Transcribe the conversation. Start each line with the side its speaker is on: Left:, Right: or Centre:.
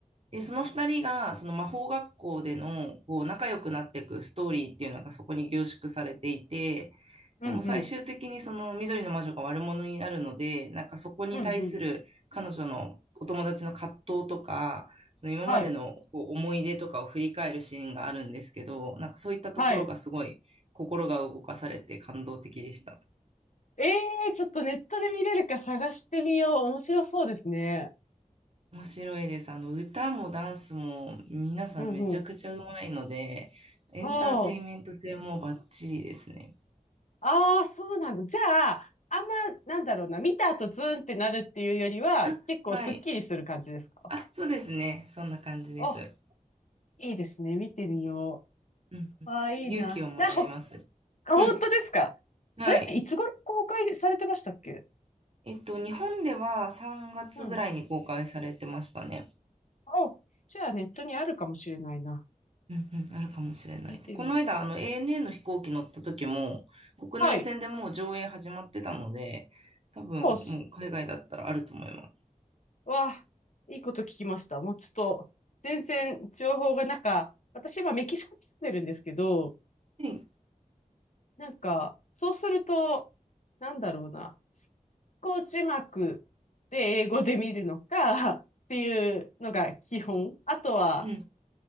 Right: で、その二人が、その魔法学校での、こう、仲良くなっていくストーリーっていうのがそこに凝縮されていて、
Left: うんうん。
Right: でも最終的にその緑の魔女が悪者になるので、なんかそこに対する彼女のお友達の葛藤とか、
Left: うんうん。
Right: その今までのこう思い出とかを振り返るシーンがあるんですけど、
Left: はい。
Right: なんかそういったところがすごい心が動かされて感動的でした。
Left: はい。ええちょっとネットで見れるか探してみよう。面白そうですね。
Right: 面白いです。あの、歌もダンスも皆さんめちゃくちゃうまいので、
Left: うんうん。
Right: エンターテインメント性もバッチリですね。
Left: ほう。ああ、そうなんだ。じゃあ、あんま、なんだろうな。見た後ズーンってなるっていうよりは、
Right: あ、
Left: 結構スッキリする感じですか
Right: はい。あ、そうですね。そんな感じです。
Left: あ、いいですね。見てみよ
Right: うん。うん勇気をもらえます。
Left: う。ああ、いいな。な、ほ、あ、本当ですかそれっていつ頃公開されてましたっけ
Right: うん。はい。えっと、日本では3月ぐらいに公開されてましたね。
Left: うん。あ、じゃあネットにあるかもしれないな。
Right: うんうん、あるかもしれない。
Left: 見てみよう。
Right: この間、あの ANA の飛行機乗った時も、国内線でもう上映始まってたので、
Left: はい。
Right: 多分もう海外だったらあると思います。
Left: そうっす。うわ、いいこと聞きました。もうちょっと、全然情報がなんか、私今メキシコに住んでるんですけど、
Right: はい。
Left: なんか、そうすると、なんだろうな。こう字幕で英語で見るのかっていうのが基本。あとは、
Right: うん